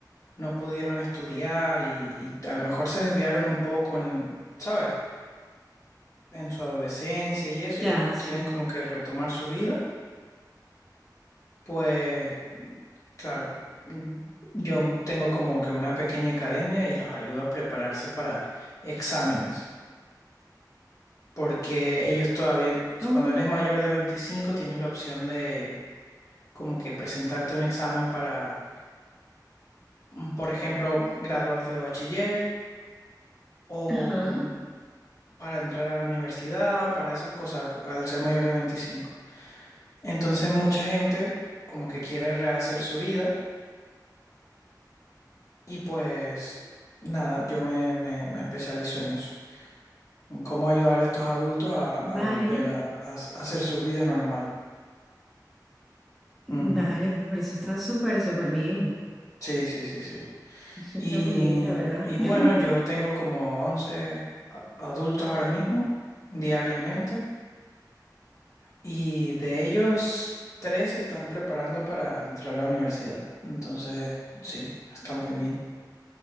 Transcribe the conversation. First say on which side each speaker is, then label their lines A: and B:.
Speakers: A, on the left (about 50°); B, in the centre.
A: no pudieron estudiar y, y a lo mejor se desviaron un poco en, ¿sabes? En su adolescencia y eso,
B: Ya,
A: y después
B: sí.
A: quieren como que retomar su vida, pues claro, mm, yo tengo como que una pequeña academia y los ayudo a prepararse para exámenes, porque ellos todavía,
B: Oh,
A: cuando eres mayor de 25 tienes la opción de como que presentarte un examen para, mm, por ejemplo, graduarte de bachiller o
B: ajá.
A: mm, para entrar a la universidad, para esas cosas, al ser mayor de 25. Entonces mucha gente como que quiere rehacer su vida y pues nada, yo me, me- me especializo en eso, en cómo ayudar a estos adultos a, a
B: Vale,
A: volver a, a s- a hacer sus vidas normal. Ujú.
B: vale, pero eso está súper, súper bien.
A: Sí, sí, sí, sí.
B: Eso
A: Y,
B: está muy bien, la verdad.
A: y bueno,
B: <laughs>
A: yo tengo como 11 a- adultos ahora mismo, diariamente. Y de ellos, tres se están preparando para entrar a la universidad. Entonces, sí, está muy bien.